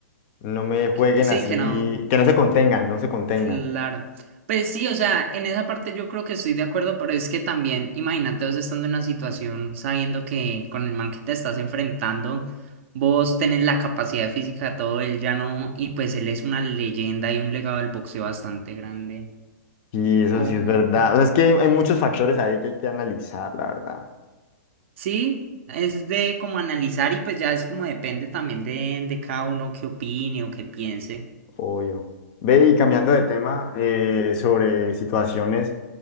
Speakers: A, on the left; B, on the right.
A: no me jueguen
B: Que- Sí,
A: así,
B: que no.
A: que no se contengan, no se contengan.
B: Claro. Pues sí, o sea, en esa parte yo creo que estoy de acuerdo, pero es que también, imagínate vos estando en una situación sabiendo que con el man que te estás enfrentando, vos tenés la capacidad física, todo él ya no, y pues él es una leyenda y un legado del boxeo bastante grande.
A: Sí, eso
B: Como,
A: sí es verdad. O sea, es que hay, hay muchos factores ahí que hay que analizar, la verdad.
B: sí, es de como analizar y pues ya es como depende también de, de cada uno qué opine o qué piense.
A: Obvio. Ve y cambiando de tema eh, sobre situaciones.